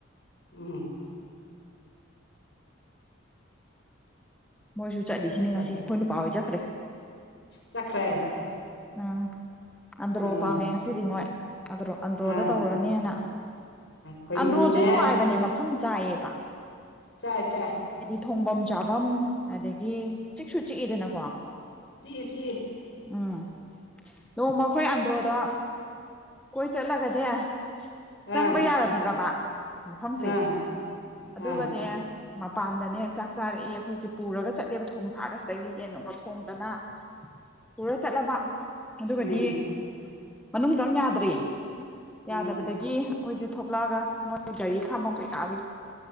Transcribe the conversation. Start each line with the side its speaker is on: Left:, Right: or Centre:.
Left: ꯎꯝ
Centre: ꯃꯣꯏꯁꯨ ꯆꯠꯂꯤꯁꯤꯅꯤ
Left: ꯆꯠꯂꯁꯤ
Centre: ꯉꯁꯤ ꯑꯩꯈꯣꯏ ꯅꯨꯄꯥ ꯍꯣꯏ ꯆꯠꯈ꯭ꯔꯦ
Left: ꯆꯠꯈ꯭ꯔꯦ
Centre: ꯑꯝ ꯑꯟꯗꯔꯣ
Left: ꯎꯝ
Centre: ꯄꯥꯡꯉꯦ ꯉꯁꯤꯗꯤ ꯃꯣꯢ ꯑꯗꯔꯣ ꯑꯟꯗ꯭ꯔꯣꯗ
Left: ꯑꯥ
Centre: ꯇꯧꯔꯅꯤꯅ
Left: ꯈꯣꯏꯃꯨꯅꯦ
Centre: ꯑꯟꯗ꯭ꯔꯣꯖꯦ ꯅꯨꯡꯉꯥꯏꯕꯅꯦ ꯃꯐꯝ ꯆꯥꯏꯌꯦꯕ
Left: ꯆꯥꯏ ꯆꯥꯏ
Centre: ꯊꯣꯡꯚꯝ ꯆꯥꯚꯝ ꯑꯗꯒꯤ ꯆꯤꯛꯁꯨ ꯆꯤꯛꯏꯗꯅꯀꯣ
Left: ꯆꯤꯛꯢ ꯆꯤꯛꯢ
Centre: ꯎꯝ ꯅꯣꯡꯃ ꯑꯩꯈꯣꯏ ꯑꯟꯗ꯭ꯔꯣꯗ ꯀꯣꯏ ꯆꯠꯂꯒꯅꯦ ꯆꯪꯕ
Left: ꯑꯥ
Centre: ꯌꯥꯔꯝꯗ꯭ꯔꯕ ꯃꯐꯝꯁꯦ
Left: ꯑꯥ ꯑꯥ
Centre: ꯑꯗꯨꯒꯅꯦ ꯃꯄꯥꯟꯗꯅꯦ ꯆꯥꯛ ꯆꯥꯔꯛꯑꯦ ꯑꯩꯈꯣꯏꯁꯦ ꯄꯨꯔꯒ ꯆꯠꯂꯦꯕ ꯊꯣꯡ ꯊꯥꯛꯑꯒ ꯁꯤꯗꯒꯤ ꯌꯦꯟ ꯅꯨꯡꯅ ꯊꯣꯡꯗꯅ ꯄꯨꯔꯣꯏ ꯆꯠꯂꯕ ꯑꯗꯨꯒꯗꯤ
Left: ꯎꯝ
Centre: ꯃꯅꯨꯡ ꯆꯪ ꯌꯥꯗ꯭ꯔꯦ
Left: ꯎꯝ
Centre: ꯌꯥꯗꯕꯗꯒꯤ ꯑꯩꯈꯣꯏꯁꯦ ꯊꯣꯛꯂꯛꯑꯒ ꯃꯣꯏ ꯒꯥꯔꯤ ꯈꯥꯝꯝꯕꯝ ꯀꯩꯀꯥꯒꯦ